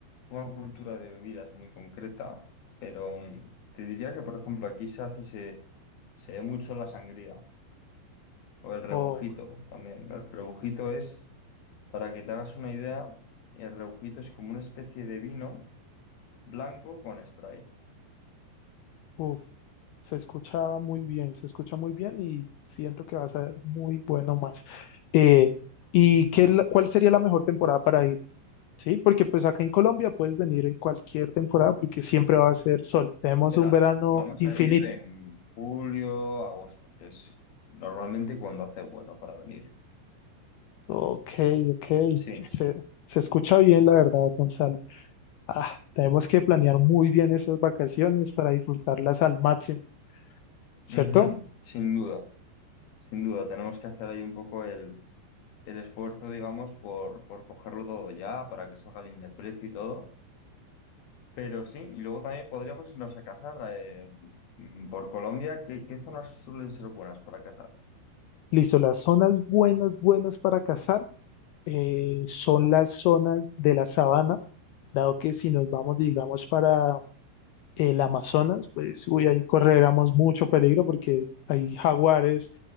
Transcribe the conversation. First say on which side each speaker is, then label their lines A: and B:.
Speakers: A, on the left; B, on the left.
A: una cultura de bebidas muy concreta, pero mm, te diría que, por ejemplo, aquí se hace, se, se ve mucho la sangría o el rebujito
B: oh,
A: también. El rebujito es Para que te hagas una idea, el rebujito es como una especie de vino blanco con Sprite.
B: uf, se escucha muy bien, se escucha muy bien y siento que va a ser muy bueno más. Eh, ¿y qué, la- cuál sería la mejor temporada para ir? Sí, porque pues acá en Colombia puedes venir en cualquier temporada porque siempre va a ser sol. Tenemos
A: Verano.
B: un verano
A: Vamos
B: infinito.
A: a ir en julio, agosto, que es normalmente cuando hace bueno para venir.
B: Ok, ok.
A: Sí,
B: Se, se escucha bien, la verdad, Gonzalo. Ah, tenemos que planear muy bien esas vacaciones para disfrutarlas al máximo, ¿cierto?
A: Ujú. Sin duda, sin duda. Tenemos que hacer ahí un poco el, el esfuerzo, digamos, por, por cogerlo todo ya, para que salga bien de precio y todo. Pero sí, y luego también podríamos irnos a cazar eh, mm, por Colombia. ¿Qué, qué zonas suelen ser buenas para cazar?
B: Listo, las zonas buenas, buenas para cazar. eh, son las zonas de la sabana, dado que si nos vamos, digamos, para el Amazonas, pues uy, ahí correríamos mucho peligro porque hay jaguares,